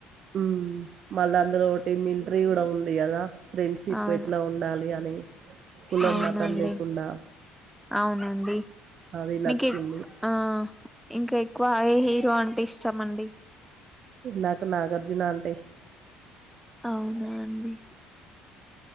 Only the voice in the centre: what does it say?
అవును
అవునండి
అవునండి
మీకేక్
ఆ ఇంకా ఎ ఎక్కువ ఏ హీరో అంటే ఇస్తామండి
అవునా అండి